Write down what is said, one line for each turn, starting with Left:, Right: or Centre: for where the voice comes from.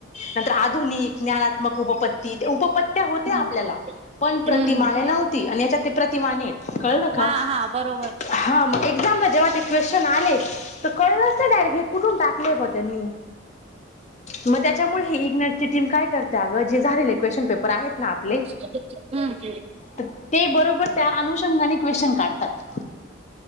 Left: नंतर आधुनिक ज्ञानात्मक उपपत्ती उपपत्या होत्या आपल्याला
Right: हम्म
Left: पण प्रतिमाने
Right: हम्म
Left: नव्हती आणि याच्यात ते प्रतिमाने कळलं का
Right: हा हा बरोबर
Left: हा मग एक्झाम ला जेव्हा ते क्वेशचन आले तर कळलच नाही डायरेक्ट की कुठून टाकले म त्यांनी मग त्याच्यामुळे हे इग्नेट ची टीम काय करते अगं जे झालेले क्वेशन पेपर आहेत ना आपले
Right: <inaudible>
Left: तर ते बरोबर त्या अनुषंगाने क्वेशन काढतात